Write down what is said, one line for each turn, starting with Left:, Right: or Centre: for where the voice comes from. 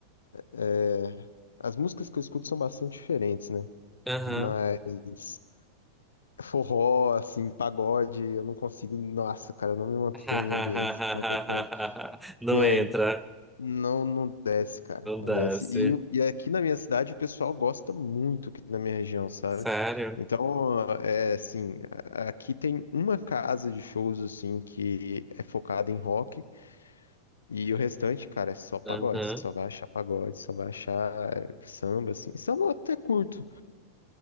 Left: é, as músicas que eu escuto são bastante diferentes, né?
Centre: Aham.
Left: Mas forró, assim, pagode, eu não consigo. Nossa, cara, eu não me mantenho
Centre: <laughs>
Left: em ambientes que estão tocando.
Centre: Não
Left: Porque
Centre: entra,
Left: Não, não desce, cara.
Centre: não
Left: Não
Centre: desce.
Left: desce. E, o- e aqui na minha cidade o pessoal gosta muito aqui na minha região, sabe?
Centre: Sério?
Left: Então, é assim, a- aqui tem uma casa de shows, assim, que é focada em rock. E o restante, cara, é só pagode.
Centre: Aham.
Left: Só vai achar pagode, só vai achar eh, samba, assim. Samba eu até curto.